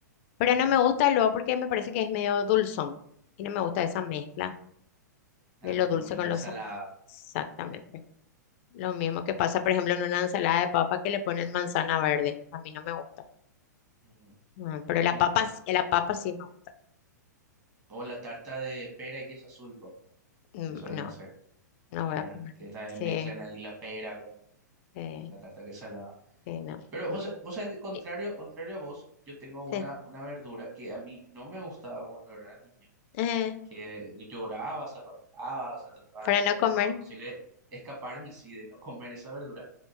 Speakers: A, on the left; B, on the right.
A: Pero
B: ajá,
A: no me gusta luego porque me parece que es medio dulzón y no me gusta esa mezcla
B: ah,
A: de lo
B: con
A: dulce
B: la comida
A: con lo
B: salada.
A: sa- Exactamente. Lo mismo que pasa, por ejemplo, en una ensalada de papa que le ponen manzana verde. A mí no me gusta.
B: Ujú,
A: Mm, Pero
B: ujú.
A: la papa, sí- la papa sí me gusta.
B: O la tarta de pera y queso azul, por ejemplo,
A: Mm,
B: que suelen
A: No.
B: hacer,
A: No voy
B: ¿verdad?
A: a comer.
B: Que también
A: Sí,
B: mezclan ahí la pera con
A: sí,
B: la tarta que es salada.
A: sí, no,
B: Pero
A: no.
B: vos, sa- vos sabés que contrario,
A: Y-
B: contrario a vos, yo tengo una,
A: Sí.
B: una verdura que a mí no me gustaba cuando era niño,
A: Eh,
B: que lloraba, zapateaba, o sea, trataba
A: para
B: de todas
A: no comer.
B: las formas posibles de escaparme, sí, de no comer esa verdura